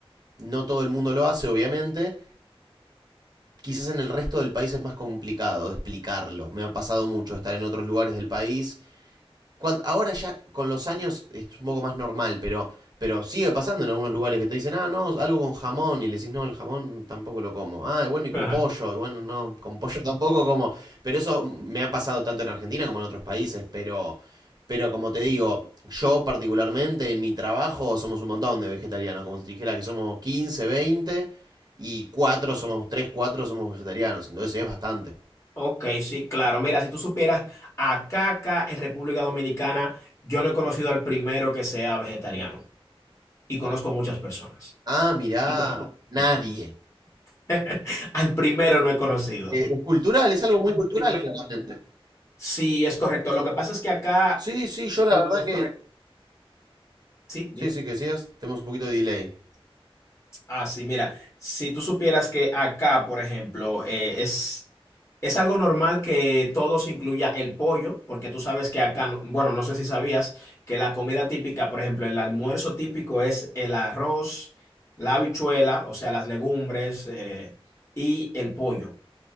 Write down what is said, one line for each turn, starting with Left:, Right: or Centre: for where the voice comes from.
Right: no todo el mundo lo hace, obviamente. Quizás en el resto del país es más complicado de explicarlo. Me ha pasado mucho estar en otros lugares del país cuando, ahora ya con los años es un poco más normal, pero, pero sigue pasando en algunos lugares que te dicen, ah, no, algo con jamón, y le decís, no, el jamón tampoco lo como. Ah, y bueno, y con
Left: <laughs> Ajá.
Right: pollo, y bueno, no, con pollo <laughs> tampoco como. Pero eso me ha pasado tanto en Argentina como en otros países, pero, pero como te digo, yo particularmente en mi trabajo somos un montón de vegetarianos, como si dijera que somos 15 20 y cuatro somos, 3 4 somos vegetarianos, entonces es bastante.
Left: Ok, sí, claro. Mira, si tú supieras, acá, acá en República Dominicana, yo no he conocido al primero que sea vegetariano y conozco muchas personas.
Right: Ah, mirá, nadie.
Left: <laughs> Al primero no he conocido.
Right: Eh, es cultural, es algo muy cultural, claramente.
Left: Sí, es correcto. Lo que pasa es que acá,
Right: Sí, sí, yo la verdad que.
Left: sí, dime.
Right: Sí, sí, que decías, tenemos un poquito de delay.
Left: Ah, sí, mira, si tú supieras que acá, por ejemplo, eh, es, es algo normal que todo se incluya el pollo, porque tú sabes que acá, no- bueno, no sé si sabías que la comida típica, por ejemplo, el almuerzo típico es el arroz, la habichuela, o sea, las legumbres, eh, y el pollo.